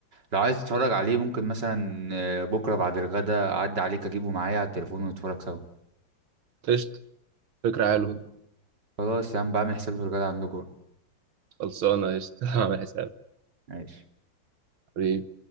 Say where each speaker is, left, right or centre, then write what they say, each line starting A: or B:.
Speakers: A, on the right (about 60°); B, on the right (about 85°).
A: لو عايز تتفرج عليه ممكن مثلا آه، بكرة بعد الغدا اعدي عليك اجيبه معايا على التليفون ونتفرج سوا
B: قشطه فكره حلوه
A: خلاص خلاص يا عم بعمل حسابي في الغدا عندكم
B: خلصانه قشطه <laughs> عامل حساب
A: ماشي
B: حبيبي.